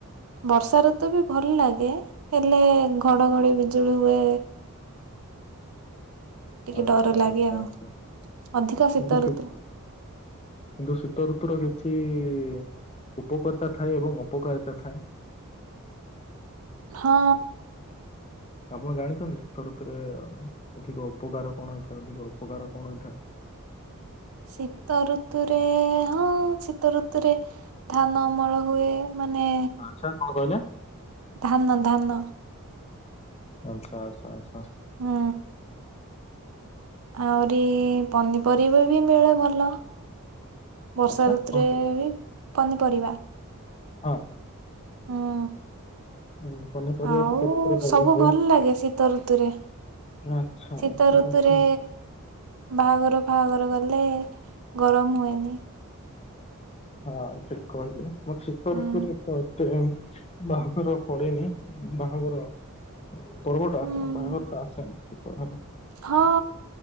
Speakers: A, on the right; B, on the left.
A: ବର୍ଷା ଋତୁ ବି ଭଲ ଲାଗେ ହେଲେ ଘଡଘଡି ବିଜୁଳି ହୁଏ ଟିକେ
B: ଆଚ୍ଛା
A: ଡର ଲାଗେ
B: ଆଛା
A: ଆଉ
B: ଆଛା
A: ଅଧିକ
B: କିନ୍ନ୍ତୁ
A: ଶୀତ
B: ସେ
A: ଋତୁ
B: କିନ୍ତୁ ଶୀତଋତୁର କେତେ? କିଛି ଉପକର୍ତ୍ତା ଥାଏ ଏବଂ ଅପକାରିତା ଥାଏ
A: ହଁ
B: ଆପଣ ଜାଣିଛନ୍ତି ଶୀତ ଋତୁରେ ଅଧିକ ଉପକାର କଣ ହେଇଥାଏ ଅଧିକ ଅପକାର କଣ ହେଇଥାଏ?
A: <inaudible> ଶୀତ ଋତୁରେ ହଁ ଶୀତ ଋତୁରେ ଧାନ ଅମଳ ହୁଏ ମାନେ
B: ଆଚ୍ଛା କଣ କହିଲେ?
A: ଧାନ ଧାନ
B: ଆଚ୍ଛା ଆଚ୍ଛା ଆଛା
A: ହୁଁ ଆହୁରି ପନିପରିବା ବି ମିଳେ ଭଲ। ବର୍ଷା
B: ଆଚ୍ଛା
A: ଋତୁରେ
B: କଣ କହିଲେ?
A: ବି ପନିପରିବା।
B: ହଁ
A: ହୁଁ।
B: ଉଁ, ପନିପରିବା
A: ଆଉ
B: ଶୀତ ଋତୁରେ ଭଲ
A: ସବୁ
B: ହୁଏ।
A: ଭଲଲାଗେ ଶୀତ ଋତୁରେ।
B: ଆଚ୍ଛା
A: ଶୀତ
B: ଆଚ୍ଛା
A: ଋତୁରେ
B: ଆଚ୍ଛା
A: ବାହାଘର ଫାହାଘର ଗଲେ ଲେ ଗରମ ହୁଏନି।
B: ହଁ ଠିକ କହିଲେ ବଟ ଶୀତ
A: ହୁଁ
B: ଋତୁରେ ତ ଏତେ ବ ବାଘର ପଡେନି ବାହାଘର ପର୍ବଟା
A: ହୁଁ
B: ଆସେ ବାହାଘରଟା ଆସେନି। ସେତ। <unintelligible>
A: ହଁ।